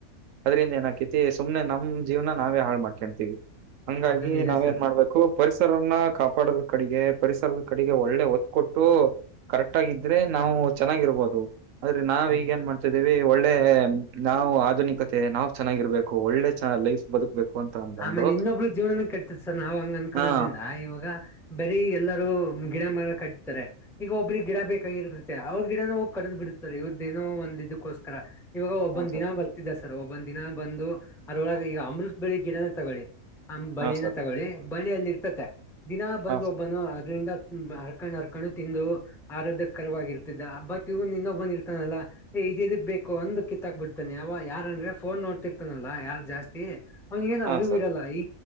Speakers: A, on the right; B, in the centre.
A: ಅದ್ರಿಂದ ಏನ ಆಕೈತಿ ಸುಮ್ನೆ ನಮ್ಮ ಜೀವನ ನಾವೇ ಹಾಳು ಮಾಡ್ಕ್ಯತೀವಿ ಹಂಗಾಗಿ
B: ಅದು ನಿಜ
A: ನಾವ
B: ಸರ್
A: ಏನ್ ಮಾಡ್ಬೇಕು. ಪರಿಸರನ್ನ ಕಾಪಾಡದ್ರ ಕಡೆಗೆ ಪರಿಸರದ ಕಡೆಗೆ ಒಳ್ಳೆ ಒತ್ತ ಕೊಟ್ಟು ಕರೆಕ್ಟ್ ಆಗಿದ್ರೆ ನಾವು ಚೆನ್ನಾಗಿರ್ಬೋದು ಆದ್ರೆ ನಾವ
B: ಅದು
A: ಈಗ ಏನ್ ಮಾಡ <unintelligible> ಒಳ್ಳೇ ನಾವು ಆಧುನಿಕತೆ ನಾವ್ ಚೆನ್ನಾಗಿರ್ಬೇಕು ಒಳ್ಳೆ ಚ ಲೈಫ್. ಬದುಕ್ಬೇಕು ಅಂತ. ಅಂತಂದು
B: ಆಮೇಲೆ ಇನ್ನೊಬ್ರು ಜೀವನನ ಕೆಟ್ಟತ ಸರ್ ನಾವ್ ಹಂಗ್ ಅನ್ಕೋದ್ರಿಂದ
A: ಹಾ
B: ಇವಾಗ ಬರೀ ಎಲ್ಲರೂ ಗಿಡ ಮರ ಕಟ್ತಾರೆ ಈಗ ಒಬ್ಬ್ರಿಗೆ ಗಿಡ ಬೇಕಾಗಿರುತ್ತೆ ಅವ್ರ ಗಿಡನ ಹೋಗಿ ಕಡ್ದ್ ಬಿಡುತ್ತಾರೆ. ಇವ್ರದೇನೋ ಒಂದ್ ಇದಕ್ಕೋಸ್ಕರ. ಇವಾಗ ಒಬ್ಬನ್ನ
A: ಹಾ ಸರ್
B: ದಿನ ಬರ್ತಿದ್ದ ಸರ್ ಒಬ್ಬನ್ ದಿನ ಬಂದು ಅದರೊಳಗೆ ಈಗ ಅಮೃತ್ ಬಳ್ಳಿ ಗಿಡನೇ ತಗೊಳ್ಳಿ. ಬಳ್ಳೀನ
A: ಹಾ ಸರ್
B: ತಗೊಳ್ಳಿ ಬಳ್ಳಿ ಅಲ್ಲಿ ಇರ್ತತೆ ದಿನ ಬಂದು
A: ಹಾ ಸರ್
B: ಒಬ್ಬನು ಅದ್ರಿಂದ ಹರ್ಕೊಂಡ್ ಹರ್ಕೊಂಡು ತಿಂದು ಆರೋದ್ಯ ಕರವಾಗಿರ್ತಿದ್ದ ಬಟ್ ಇವನ್ ಇನ್ನೊಬ್ಬನ್ನ ಇರ್ತಾನಲ್ಲ. ಏ ಇದ ಇದಕ್ ಬೇಕು ಒಂದು ಕಿತ್ತಾಕ್ ಬಿಡ್ತಾನೆ ಅವ ಯಾರಂದ್ರೆ ಫೋನ್ ನೋಡ್ತಿರ್ತಾನಲ್ಲ ಯಾರ ಜಾಸ್ತಿ ಅವನಿಗೆನ್ ಏನ್
A: ಹಾ
B: ಅರಿವು
A: ಸರ್
B: ಇರಲ್ಲ ಈ